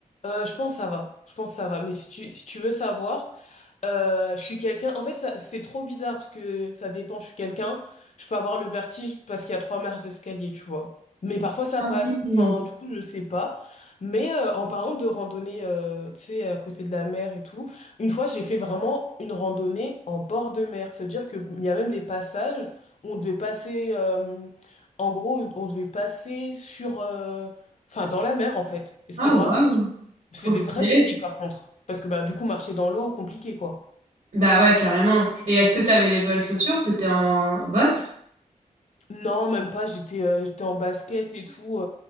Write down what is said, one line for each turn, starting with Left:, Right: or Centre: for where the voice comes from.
Left: Euh, je pense que ça va. Je pense que ça va. Mais si tu, si tu veux savoir, euh, je suis quelqu'un. En fait, ça- c'est trop bizarre parce que ça dépend. Je suis quelqu'un. Je peux avoir le vertige parce qu'il y a trois marches d'escalier, tu vois. Mais parfois ça
Right: Ah
Left: passe.
Right: oui.
Left: Enfin, du coup, je sais pas. Mais euh, en parlant de randonnée, euh, tu sais, à côté de la mer et tout, une fois, j'ai fait vraiment une randonnée en bord de mer. C'est-à-dire qu'il y a même des passages où on devait passer. euh, en gros, on devait passer sur. euh, Enfin, dans la mer, en fait. Et c'était
Right: Ah
Left: grave
Right: ouais. Trop
Left: c'était très
Right: stylé.
Left: physique par contre. Parce que bah, du coup, marcher dans l'eau, compliqué quoi.
Right: Bah ouais, carrément. Et est-ce que t'avais les bonnes chaussures? T'étais en bottes?
Left: Non, même pas, j'étais euh, j'étais en basket et tout. euh.